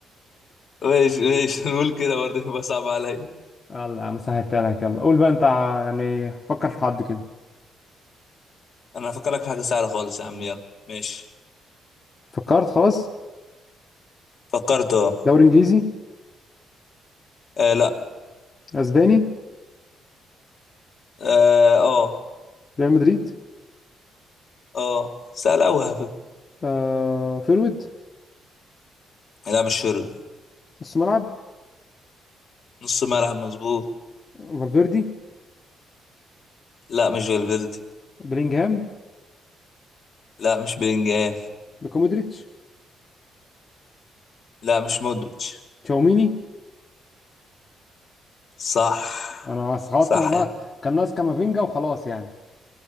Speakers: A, on the left; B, on the left.
A: <laughs> ماشي ماشي نقول كده برضه يبقى صعب عليا
B: يلا يا عم سهلتها لك يلا قول بقى انت ع- يعني فكر في حد كده
A: انا هفكرك في حاجة سهلة خالص يا عم يلا ماشي
B: فكرت خلاص
A: فكرت اه
B: دوري انجليزي
A: آه، لا
B: اسباني
A: اه اه
B: ريال مدريد
A: آه. سهل قوي على فكرة
B: آه فيرويد
A: لا مش شرب
B: نص ملعب
A: نص ملعب مظبوط
B: فالفيردي
A: لا مش فالفيردي
B: بلينجهام
A: لا مش بلينجهام
B: لوكا مودريتش
A: لا مش مودريتش
B: تشاوميني
A: صح
B: انا خلاص
A: صح
B: كان والله
A: يعني
B: كان ناقص كامافينجا وخلاص يعني